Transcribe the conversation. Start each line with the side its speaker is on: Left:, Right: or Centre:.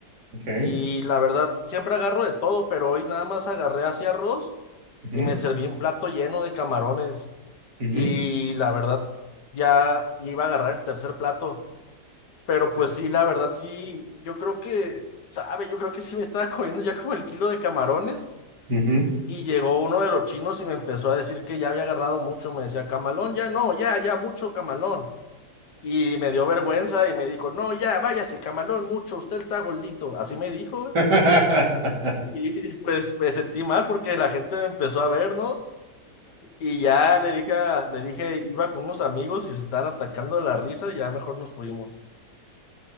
Right: ok.
Left: Y la verdad, siempre agarro de todo, pero hoy nada más agarré así arroz
Right: ujú,
Left: y me serví un plato lleno de camarones.
Right: ujú,
Left: Y la verdad, ya iba a agarrar el tercer plato. Pero pues
Right: sí,
Left: sí, la verdad, sí, yo creo que, sabe, yo creo que sí me estaba comiendo ya como el kilo de camarones.
Right: ujú.
Left: Y llegó uno de los chinos y me empezó a decir que ya había agarrado mucho. Me decía, camalón, ya no, ya, ya, mucho camalón. Y me dio vergüenza y me dijo, no, ya, váyase, camalón, mucho, usted está gordito. Así me dijo. güey.
Right: <laughs>
Left: Y pues me sentí mal porque la gente me empezó a ver, ¿no? Y ya le dije, a- le dije, iba con unos amigos y se estaban atacando de la risa y ya mejor nos fuimos.